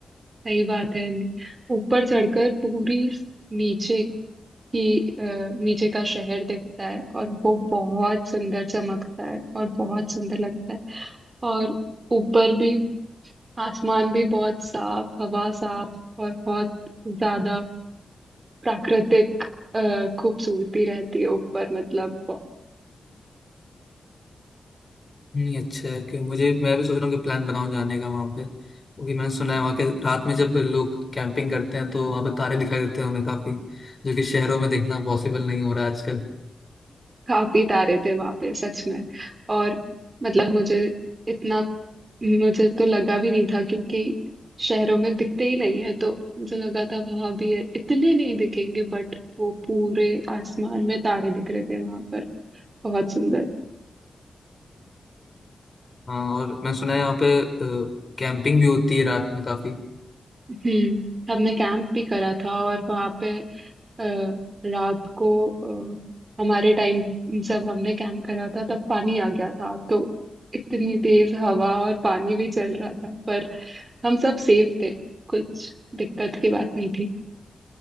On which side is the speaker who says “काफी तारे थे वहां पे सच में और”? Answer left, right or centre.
Right